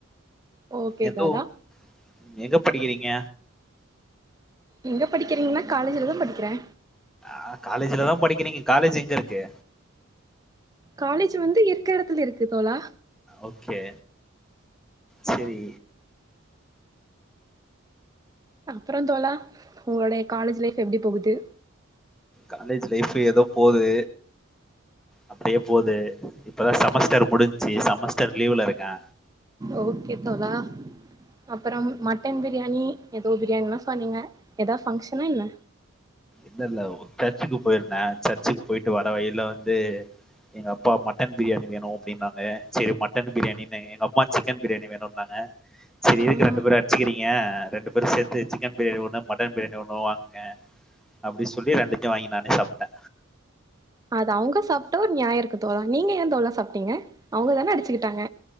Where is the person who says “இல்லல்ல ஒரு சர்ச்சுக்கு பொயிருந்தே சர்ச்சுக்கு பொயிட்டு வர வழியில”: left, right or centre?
Centre